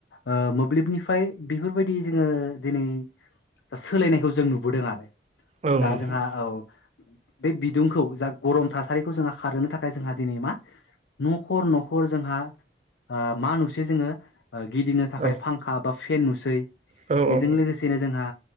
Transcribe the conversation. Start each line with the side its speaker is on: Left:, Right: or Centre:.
Left: ओ मोब्लिबनिफ्राय बेफोरबायदि जोङो दिनै दा सोलायनायखौ जों नुबोदों आरो
Right: औ
Left: दा
Right: नोंथां
Left: जोंहा औ बे बिदुंखौ जा गरम थासारिखौ जोंहा खारहोनो थाखाय जोंहा दिनै मा न'खर न'खर ओ जोंहा मा नुसै जोङो ओ गिदिंनो थाखाय
Right: औ
Left: फांखा बा फेन नुसै
Right: औ
Left: बेजों
Right: औ
Left: लोगोसेनो जोंहा